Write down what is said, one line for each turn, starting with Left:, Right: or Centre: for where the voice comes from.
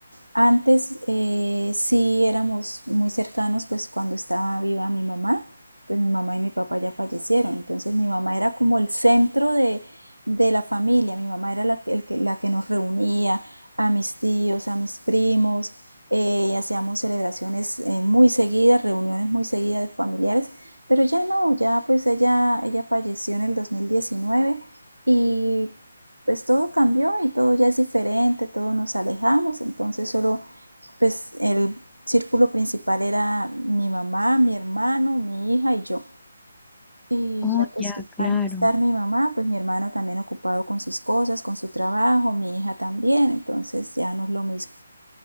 Right: antes eh, sí éramos muy cercanos, pues cuando estaba viva mi mamá, pues mi mamá y mi papá ya fallecieron, entonces mi mamá era como el centro de, de la familia, mi mamá era la que, el que- la que nos reunía a mis tíos, a mis primos, eh, y hacíamos celebraciones eh, muy seguidas, reuniones muy seguidas de familiares, pero ya no, ya pues ella, ella falleció en el 2019 y pues todo cambió y todo ya es diferente, todos nos alejamos, entonces solo pues el círculo principal era mi mamá, mi hermano, mi hija y yo. Y
Centre: Oh,
Right: ya pues
Centre: ya, claro.
Right: al no estar mi mamá, pues mi hermano también ocupado con sus cosas, con su trabajo, mi hija también, entonces ya no es lo mismo.